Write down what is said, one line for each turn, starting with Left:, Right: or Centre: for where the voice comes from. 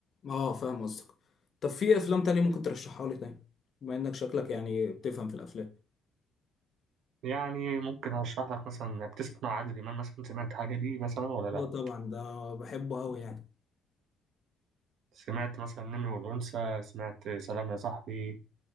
Left: اه فاهم قصدك طب في افلام تانية ممكن ترشحها لي تاني بما انك شكلك يعني بتفهم في الافلام
Right: يعني ممكن اشرح لك مثلا بتسمع عادل امام مثلا سمعت حاجه دي مثلا ولا لا
Left: اه طبعا ده بحبه قوي يعني
Right: سمعت مثلا النمر والانثى سمعت سلام يا صاحبي